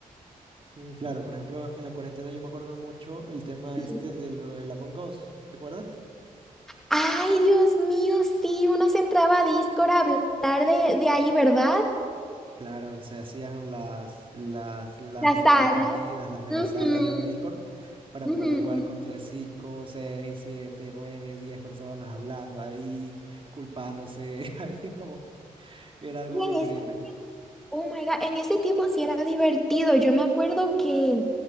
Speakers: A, on the right; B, in the centre.
A: Mm, Claro, por ejemplo, en la cuarentena yo me acuerdo mucho el tema
B: Y,
A: este de lo del Among Us, ¿te acuerdas?
B: Ay, Dios mío, sí, uno se entraba a Discord a hablar de, de ahí, ¿verdad?
A: Claro, se hacían las, las, las
B: La
A: megas
B: sala.
A: partidas, las megas
B: Ujú,
A: salas de Discord para
B: ujú.
A: poder jugar contra 5, 6, 7, 9, 10 personas hablando ahí, culpándose, <laughs> ahí como que era algo
B: Y
A: increíble.
B: Oh my God, en ese tiempo sí era divertido. Yo me acuerdo que